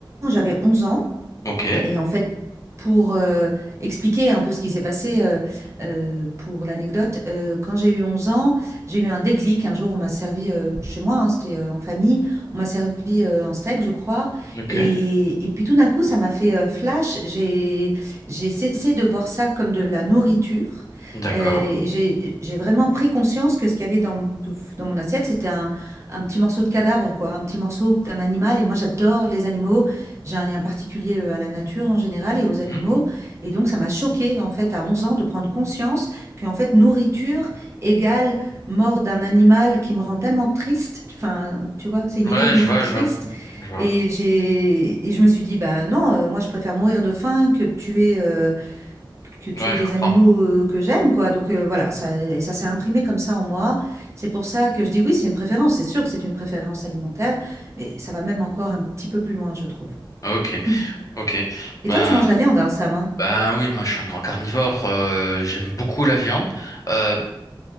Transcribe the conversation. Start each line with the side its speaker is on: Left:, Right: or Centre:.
Right: J'avais 11 ans.
Left: Ok,
Right: Et en fait, pour euh, expliquer un peu ce qui s'est passé, euh, euh, pour l'anecdote, euh, quand j'ai eu 11 ans, j'ai eu un déclic. Un jour, on m'a servi euh, chez moi, hein, c'était euh, en famille, on m'a servi euh, un steak, je crois.
Left: ok,
Right: Et, et puis tout d'un coup, ça m'a fait euh, flash. J'ai, j'ai cessé de voir ça comme de la nourriture.
Left: d'accord.
Right: Euh, et j'ai, j'ai vraiment pris conscience que ce qu'il y avait dans, dans mon assiette, c'était un, un petit morceau de cadavre, quoi, un petit morceau d'un animal. Et moi, j'adore les animaux. J'ai un lien particulier euh, à la nature en général et aux
Left: Mhm.
Right: animaux. Et donc, ça m'a choquée, en fait, à 11 ans, de prendre conscience qu'en fait, nourriture égale mort d'un animal qui me rend tellement triste. Enfin, tu vois, c'est une
Left: Ouais,
Right: idée qui me
Left: je
Right: rend
Left: vois,
Right: triste.
Left: je vois, je vois.
Right: Et j'ai, et je me suis dit, bah non, euh, moi, je préfère mourir de faim que de tuer, euh, que tuer
Left: Ouais, je
Right: des
Left: comprends.
Right: animaux euh, que j'aime, quoi. Donc, euh, voilà, ça, et ça s'est imprimé comme ça en moi. C'est pour ça que je dis oui, c'est une préférence. C'est sûr que c'est une préférence alimentaire, mais ça va même encore un petit peu plus loin, je trouve. <laughs>
Left: Ok, ok.
Right: Et
Left: Ben,
Right: toi, tu manges de la viande, hein, Sam, hein?
Left: ben oui, moi je suis un grand carnivore. euh, j'aime beaucoup la viande. Euh,